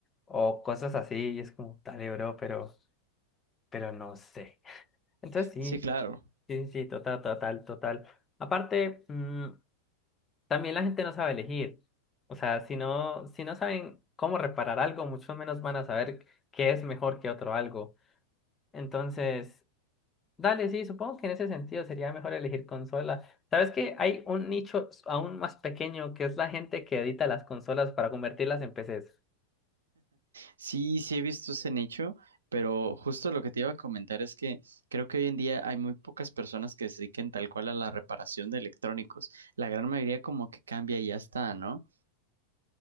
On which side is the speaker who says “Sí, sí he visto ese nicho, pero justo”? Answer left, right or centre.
Right